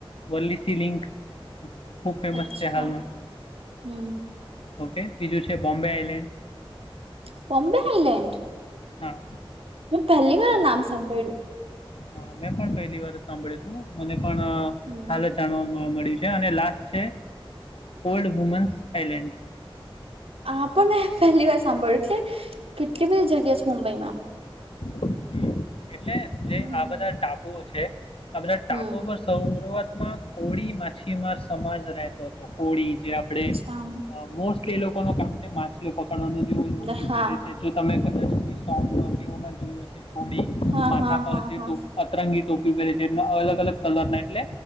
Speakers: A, on the left; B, on the right.
A: વરલી સી લિંક ખૂબ ફેમસ
B: અચ્છા
A: છે હાલમાં,
B: હમ.
A: ઓકે બીજું છે બોમ્બે આઈલેન્ડ,
B: બોમ્બે આઇલેન્ડ,
A: હા.
B: મેં પહેલી વાર નામ સંંભળ્યું.
A: હા મેં પણ પહેલી વાર સાંભળ્યું હતું મને પણ
B: હમ
A: હાલત જાણવાવામાં, મળ્યું છે અને લાસ્ટ છે ઓલ્ડ વુમન્સ આઇલેન્ડ.
B: હ પણ મે પહેલી વાર સાંભળ્યું એટલે કેટલી બધી જગ્યા છે મુંબઈમાં.
A: હમ એટલે જે
B: હમ
A: આ બધા ટાપુ છે. પા ટાપો
B: હમ
A: પર સૌવા માં કોળી માછીમાર સમાજ રહેતો હતો કોળી જે આપણે
B: અચ્છા.
A: મોલી એ લોકો કામ છે મા નો જેવ લુંગી
B: એટલે હા
A: પેરે છે જો તમે કો સમાં કે જોયિવસે
B: હા
A: માથા
B: હા
A: પર
B: હા
A: જે
B: હા
A: ટ અતરંગી ટોપી પહેરે છે એના અલગ અલગ કલર ના એટલે